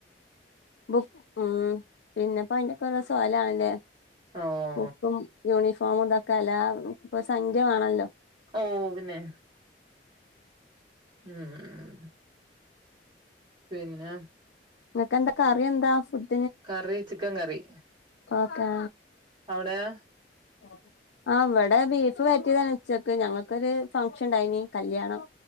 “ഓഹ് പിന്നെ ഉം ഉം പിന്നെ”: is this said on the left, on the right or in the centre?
Right